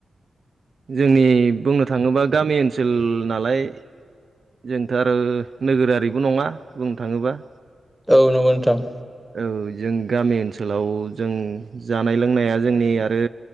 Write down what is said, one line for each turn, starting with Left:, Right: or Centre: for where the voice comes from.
Right: जोंनि बुंनो थाङोबा गामि ओनसोल नालाय जोंथ' आरो नोगोरारिबो नङा बुंनो थाङोबा।
Centre: औ नंगौ नोंथां।
Right: औ जों गामि ओनसोलाव जों जानाय लोंनाया जोंनि आरो